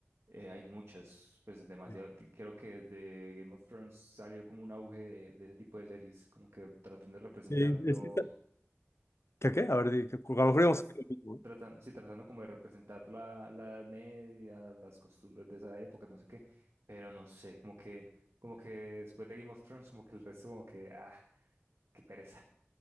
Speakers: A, on the right (about 75°); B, on the left (about 75°).
A: eh, hay muchas, pues demasiado.
B: Sí,
A: di- Creo que desde Game of Thrones salió como un auge de, de ese tipo de series, como que tratan de representarlo,
B: Eh, es que está- ¿Qué, qué? A ver, di- que- a
A: trata,
B: lo mejor íbamos
A: s-
B: a hacer lo mismo, ¿eh?
A: tratan, sí, tratando como de representar la, la Edad Media, las costumbres de esa época, no sé qué, pero no sé, como que, como que después de Game of Thrones, como que el resto, como que, ah, qué pereza.